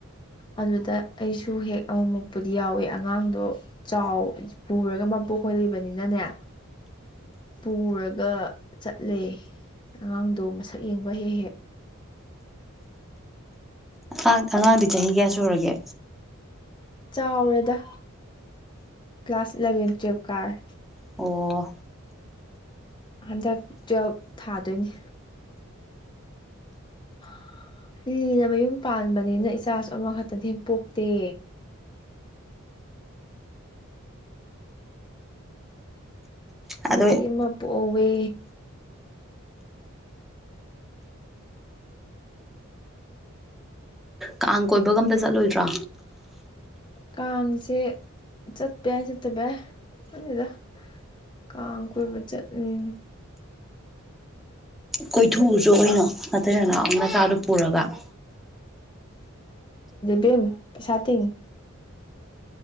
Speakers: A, on the left; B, in the centre.
A: ꯑꯗꯨꯗ ꯑꯩꯁꯨ ꯍꯦꯛ ꯑꯃꯨꯛ ꯃꯨꯛꯄꯗꯤ ꯌꯥꯎꯋꯦ ꯑꯉꯥꯡꯗꯣ ꯆꯥꯎ ꯄꯨꯔꯒ ꯄꯣꯛꯈꯣꯏ ꯂꯩꯕꯅꯤꯅꯅꯦ ꯄꯨꯔꯒ ꯆꯠꯂꯦ ꯑꯉꯥꯡꯗꯣ ꯃꯁꯛ ꯌꯦꯡꯕ ꯍꯦꯛ ꯍꯦꯛ
B: ꯥꯡ ꯑꯉꯥꯡꯗꯤ ꯆꯍꯤ ꯀꯌꯥ ꯁꯨꯔꯒꯦ
A: ꯆꯥꯎꯔꯦꯗ ꯀ꯭ꯂꯥꯁ ꯏꯂꯚꯦꯟ ꯇꯨꯌꯦꯦꯜꯞ ꯀꯥꯔꯦ
B: ꯑꯣ
A: ꯍꯟꯗꯛ ꯇꯨꯋꯜꯐ ꯊꯥꯗꯣꯏꯅꯤ <inaudible> ꯂꯤ ꯃꯌꯨꯝ ꯄꯥꯟꯕꯅꯤꯅ ꯏꯆꯥꯁꯨ ꯑꯃꯈꯛꯇꯗꯤ ꯄꯣꯛꯇꯦ
B: ꯑꯗꯣ
A: ꯅꯨꯄꯤ ꯑꯃꯃ ꯄꯣꯛꯋꯦ
B: ꯀꯥꯡ ꯀꯣꯏꯕꯒꯝꯇ ꯆꯠꯂꯣꯏꯗ꯭ꯔꯥ
A: ꯀꯥꯡꯁꯦ ꯆꯠꯄ ꯌꯥꯏ ꯆꯠꯇꯕ ꯌꯥꯏ ꯑꯗꯨꯗ ꯀ ꯀꯣꯏ ꯆ ꯎꯝ
B: ꯀꯣꯏꯊꯣꯛꯎꯁꯨ ꯑꯣꯏꯅꯣ ꯅꯠꯇ꯭ꯔ ꯅꯅ ꯅꯆꯥꯗꯨ ꯄꯨꯔꯒ <inaudible>
A: ꯄꯦꯝ ꯁꯥꯇ